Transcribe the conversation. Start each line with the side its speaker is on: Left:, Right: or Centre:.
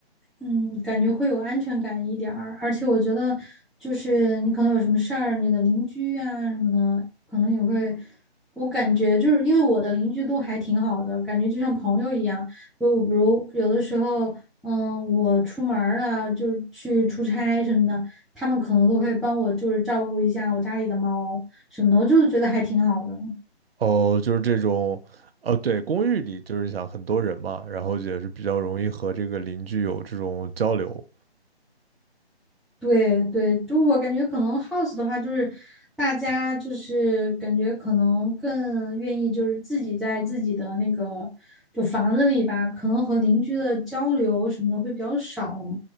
Centre: 嗯，感觉会有安全感一点儿，而且我觉得就是你可能有什么事儿，你的邻居啊什么的，可能也会，我感觉就是因为我的邻居都还挺好的，感觉就像朋友一样，就比如有的时候，嗯，我出门儿了，就是去出差什么的，他们可能都会帮我就是照顾一下我家里的猫什么的，我就是觉得还挺好的。
Right: 哦，就是这种，呃，对，公寓里就是想很多人嘛，然后也是比较容易和这个邻居有这种交流。
Centre: 对对，就我感觉可能 house 的话，就是大家就是感觉可能更愿意就是自己在自己的那个就房子里吧，可能和邻居的交流什么的会比较少，